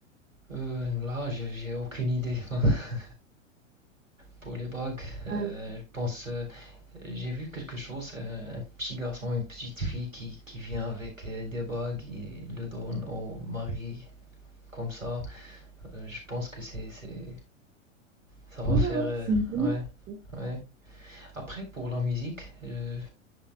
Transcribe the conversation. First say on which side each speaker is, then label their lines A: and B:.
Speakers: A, on the right; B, on the right.
A: Euh, là, j'ai j'ai aucune idée <laughs> pour les bagues. euh,
B: Euh,
A: je pense, euh, j'ai vu quelque chose, euh, un petit garçon, une petite fille qui, qui vient avec euh, des bagues et le donne au mari comme ça. Euh, je pense que c'est, c'est, ça va
B: Ah
A: faire,
B: ouais, ouais,
A: euh,
B: c'est une bonne
A: ouais,
B: idée.
A: ouais. Après, pour la musique, euh,